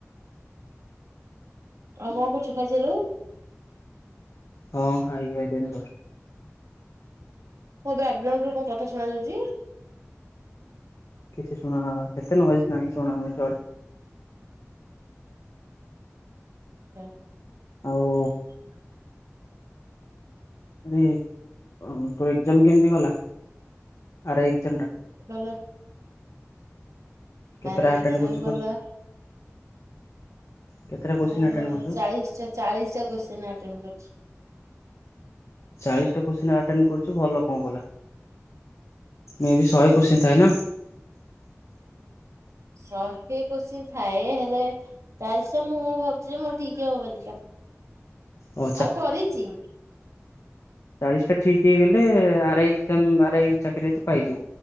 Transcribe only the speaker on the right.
ଆଉ କଣ କରୁଛୁ ଖାଇସାରିଲୁଣି?
ମୋ ବ୍ୟାଗ୍ରାଉଣ୍ଡୁରେ କଣ କଥା ଶୁଣା ଯାଉଛି।
ଆଚଛ
<unintelligible>
ଭଲ
ଆରେ <unintelligible>
ଏକ୍ଜାମ୍
ଭଲ।
ମୁଁ
ଚାଳିଶ୍ ଟା ଚାଳିଶ୍ ଟା କ <unintelligible> ସନାଟେଣ୍ଡ <unintelligible> କରିଛି।
ଶହେ କୋଷିଁ <unintelligible> ଥାଏ। ହେଲେ ଚାଳିଶ୍ ଟା ମୁଁ ଭାବୁଛିି ଯେ ମୋର ଠିକ୍ ହବ ବୋଲି ତ!
ଆଉ କରିଚି।